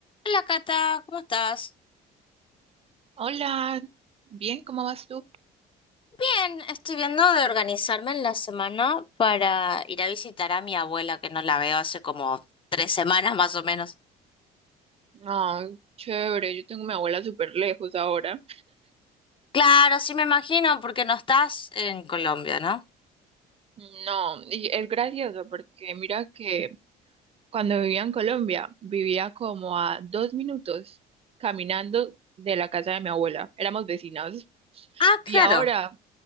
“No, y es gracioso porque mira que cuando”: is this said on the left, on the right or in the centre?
Right